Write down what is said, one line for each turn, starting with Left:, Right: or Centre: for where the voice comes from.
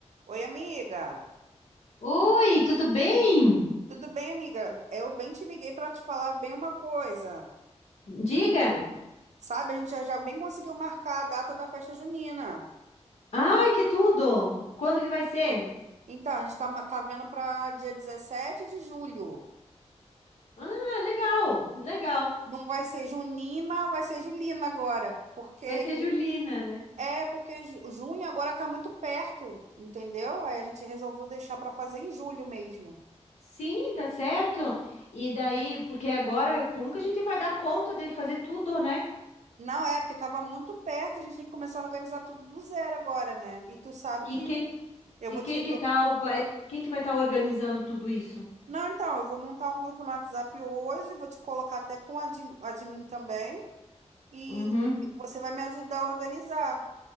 Right: Oi, amiga.
Left: Oi, tudo bem?
Right: Tudo bem, amiga? Eu bem te liguei para te falar bem uma coisa.
Left: Diga.
Right: Sabe, a gente já, já bem conseguiu marcar a data da festa junina.
Left: Ai, que tudo! Quando que vai ser?
Right: Então, a gente tá, ma- tá vendo para dia 17 de julho.
Left: Ah, legal, legal.
Right: Não vai ser junina, vai ser julina agora. Porque
Left: Vai ser Julina, né?
Right: é porque ju- junho agora tá muito perto, entendeu? Aí a gente resolveu deixar para fazer em julho mesmo.
Left: Sim, tá certo. E daí, porque agora, como que a gente vai dar conta de fazer tudo, né?
Right: Não é porque tava muito perto, a gente tem que começar a organizar tudo do zero agora, né? E tu sabe que
Left: E quem
Right: eu
Left: e
Right: vou
Left: quem
Right: te,
Left: que tá o- vai, quem que vai estar organizando tudo isso?
Right: Não, então, eu vou montar um grupo no WhatsApp hoje, vou te colocar até com admin, admin também, e
Left: Uhum,
Right: você vai me ajudar a organizar,